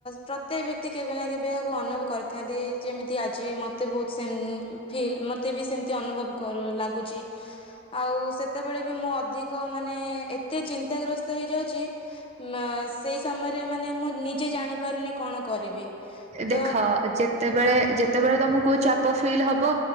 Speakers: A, on the left (about 25°); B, on the right (about 30°).
A: ପ୍ରତ୍ୟେକ ବ୍ୟକ୍ତି କେବେ ନା କେବେ ଏହାକୁ ଅନୁଭବ କରିଥାନ୍ତି ଯେମିତି ଆଜି ମୋତେ ବହୁତ ସେମ ଫିଲ୍ ମୋତେ ବି ସେମିତି ଅନୁଭବ କରୁ ଲାଗୁଛି ଆଉ ସେତେବେଳେ ବି ମୁଁ ଅଧିକ ମାନେ ଏତେ ଚିନ୍ତାଗ୍ରସ୍ତ ହେଇଯାଉଛି ଉଁ ଅ ସେଇ ସମୟରେ ମାନେ ମୁଁ ନିଜେ ଜାଣିପାରୁନି କଣ କରିବି
B: ଦେଖ
A: ତ
B: ଯେତେବେଳେ ଯେ ସେତବେଳେ ତମକୁ ଚାପ ଫିଲ୍ ହବ